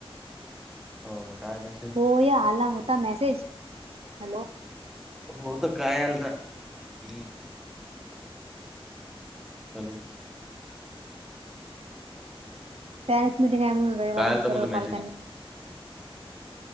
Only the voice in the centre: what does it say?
हो काय म-
हो तर काय आलता, हम्म. हॅलो.
काय आलता
म्हणलं मेसेज